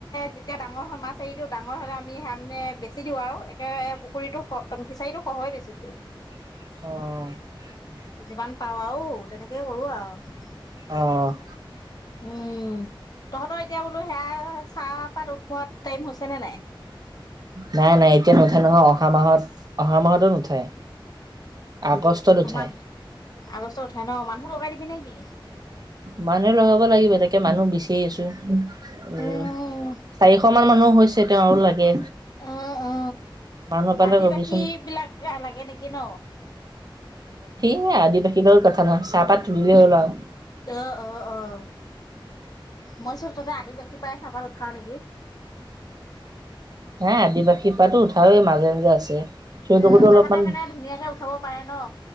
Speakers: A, on the left; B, on the right.
A: যেতিয়া ডাঙৰ হয় মাছ এৰি দিওঁ ডাঙৰ হলে আমি মানে বেছি দিওঁ আৰু একে পুখুৰীটো খ ফিচাৰীটো সহে বেছি দিওঁ
B: অ'।
A: যিমান পাওঁ আৰু তেনেকেই কৰোঁ আৰু।
B: অ'।
A: উম! তহঁতৰ এতিয়া বোলো সেয়া চাহপাত উঠোৱা টাইম হৈছে নে নাই?
B: নাই নাই এতিয়া নুঠে নহয় অহা মাহত অহা মাহতো নুঠায়। আগষ্টত
A: কিমান
B: উঠাই
A: আগষ্টত ন মানুহ লগাই দিবি নেকি?
B: মানুহে লগাব লাগিব তাকে মানুহ বিচাৰি আছো। উম
A: উম
B: চাৰিশ মান মানুহ হৈছে। তেতিয়াও লাগে।
A: আহ উ
B: মানুহ পালে
A: আদিবাসী
B: কবিচোন
A: বিলাক আহ লাগে নেকি ন?
B: এ আদিবাসী বাৰু কথা নাই চাহপাত তুলিলেই হ'ল আৰু।
A: অহ অ' অ' মই চোন তাতে আদিবাসী পাই চাহপাত উথাও নেকি?
B: হে আদিবাসীৰ পৰাতো উঠাওয়ে মাজে মাজে আছে। সিহঁতকোতো
A: উম
B: অলপমান
A: তাহাতে মানে ধুনীয়াকে উঠাব পাৰে ন